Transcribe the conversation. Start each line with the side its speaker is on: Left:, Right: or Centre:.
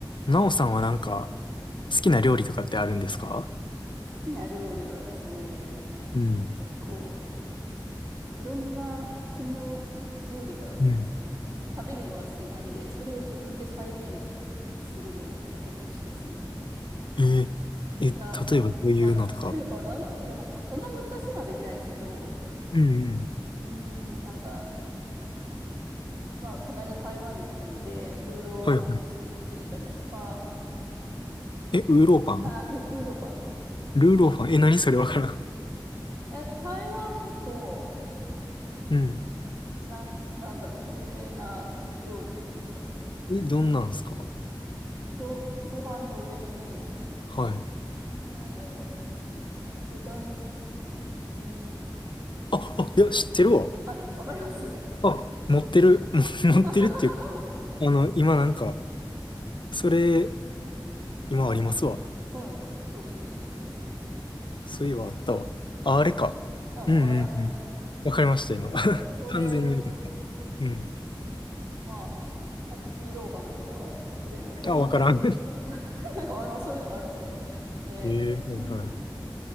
Left: なおさんはなんか好きな料理とかってあるんですか
Right: 好きな料理はですね、
Left: うん、
Right: 結構いろんな国の料理が
Left: うん、
Right: 食べるのが好きなんで、それを自分で再現するのが結構好きですね。
Left: えー、え、
Right: あ、
Left: 例えばどういうのとか。
Right: まあ、例えばなんだろう。でも、そんな難しいのはできないですけど、
Left: うん、うん。
Right: うーん、なんか、まあ、この間台湾に行ったので、ルーローファン作ってみたりとか、
Left: はいはい。え、ウーローパン
Right: あ、ル、ルーローファン。
Left: ルーローパンえ、何それわからん。
Right: え、台湾の、
Left: うん
Right: なん、なんだろう、有名な料理です。なんか、
Left: え、どんなんすか
Right: ど、ご飯の上に、
Left: はい。
Right: なんだろう、豚肉。うーん。
Left: あ、あ、いや、知ってるわ。
Right: あ、わかります <laughs>
Left: あ、持ってる。<laughs> 持ってるっていう。
Right: は
Left: あの、今なんか、それ、
Right: い。
Left: 今ありますわ。
Right: うん。そうそうそうそ
Left: そういえばあったわ。
Right: う。そう。
Left: あ、あれか。
Right: うん、
Left: うんうんうん
Right: わかります。
Left: わかりました、今。
Right: そうそれを、
Left: <laughs> 完全によかった。うん。
Right: <laughs> まあ、あと、ジーローファンとか、それの鶏に、
Left: あ、わからん。
Right: 鶏肉ば、<laughs> なんかまあまあそういうのがあるんですよ。で、
Left: <laughs> ええはいはい。
Right: うん。